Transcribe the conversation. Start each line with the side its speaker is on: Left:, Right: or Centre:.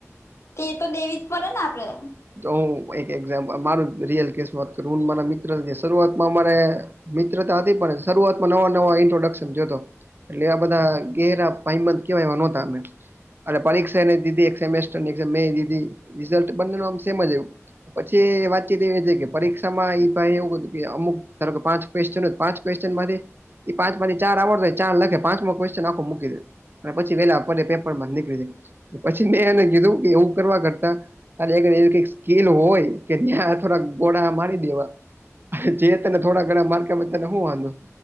Left: તે તો દેવી જ પડે ને આપડે
Right: તો હું એક એક્ઝામપલ મારુ જ રીયલ કેસ વાત કરું હું ન મારા મિત્ર શરૂઆતમાં અમારે મિત્રતા હતી પણ શરૂઆતમાં નવા નવા ઇન્ટ્રોડક્શન જોતો એટલે આ બધા ઘેરા ભાઈબંધ કેવાય એવા નોતા અમે અને પરીક્ષાને દીધી સેમેસ્ટર મે દી રિઝલ્ટ બંને નું આમ સેમજ આયુ પછી વાતચીત એવી છે, કે પરીક્ષા માં એ ભાઈ એવું કીધુ કે અમુક ધારો કે પાંચ ક્વેસચન હોય પાંચ ક્વેસચન માંથી એ પાંચ માંથી ચાર આવડતા હોય ચાર લખે પાંચમાં ક્વેશ્ચન આખું મૂકી દે અને પછી વેલા અપરે પેપર માંથી નીકળી જાય પછી મેં એને કીધું કે એવું કરવા કરતા <unintelligible> એક સ્કીલ હોય કે ત્યાં થોડાક ગોળા મારી દેવા જે તને થોડા ઘણા માર્ક આપે તને હું વાંધો